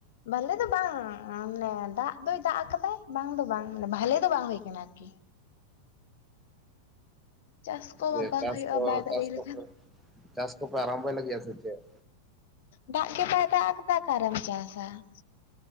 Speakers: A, on the left (about 55°); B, in the centre.
A: ᱵᱷᱟᱞᱮ ᱫᱚ ᱵᱟᱝ ᱢᱟᱱᱮ ᱫᱟᱜ ᱫᱚᱭ ᱫᱟᱜ ᱠᱟᱫᱟᱭ ᱵᱟᱝ ᱫᱚ ᱵᱟᱝ ᱢᱟᱱᱮ ᱵᱷᱟᱞᱮ ᱫᱚ ᱵᱟᱝ ᱦᱳᱭ ᱠᱟᱱᱟ ᱟᱨᱠᱤ ᱪᱟᱥ ᱠᱚᱢᱟ
B: ᱩ
A: ᱵᱟᱝ
B: ᱪᱟᱥ
A: ᱦᱩᱭᱩᱜᱼᱟ
B: ᱠᱚ
A: ᱵᱟᱭ ᱫᱟᱜ
B: ᱪᱟᱥ
A: ᱡᱟᱹᱲᱤ
B: ᱠᱚ
A: ᱞᱮᱠᱷᱟᱱ
B: ᱠᱚ ᱪᱟᱥ ᱠᱚᱯᱮ ᱟᱨᱚᱢ ᱵᱷᱚᱭ ᱞᱟᱜᱤᱛ ᱟᱥᱮ ᱪᱮᱛ?
A: ᱫᱟᱜ ᱜᱮ ᱵᱟᱭ ᱫᱟᱟᱜ ᱠᱟᱫᱟ ᱟᱠᱟᱨᱮᱢ ᱪᱟᱥᱟ ᱾